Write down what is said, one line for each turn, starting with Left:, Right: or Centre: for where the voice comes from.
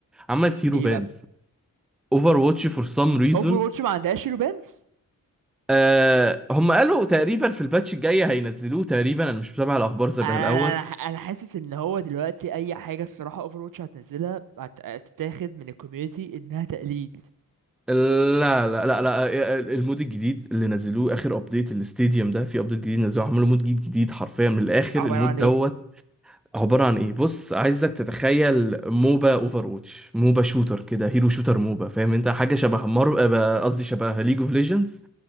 Centre: عملت هيرو
Right: ايه
Centre: بانز
Right: بقى
Centre: اوفر واتش فور سام ريزون
Right: اوفر واتش ما عندهاش رومانس
Centre: آه هم قالوا تقريبا في الباتش الجاي هينزلوه تقريبا انا مش متابع الاخبار زي
Right: انا
Centre: الاول
Right: انا انا أنا حاسس ان هو دلوقتي اي حاجه الصراحه اوفر واتش هتنزلها هت- هتتاخد من الكوميونتي انها تقليد
Centre: لا لا لا لا المود الجديد اللي نزلوه اخر ابديت الاستاديوم ده في ابديت جديد نزلوه عملوا مود جديد جديد حرفيا من الاخر
Right: عباره
Centre: المود
Right: عن
Centre: دوت
Right: ايه
Centre: عباره عن ايه بص عايزك تتخيل موبا اوفر واتش موبا شوتر كده هيرو شوتر موبا فاهم انت حاجه شبه مر آه، قصدي شبه ليج اوف ليجندز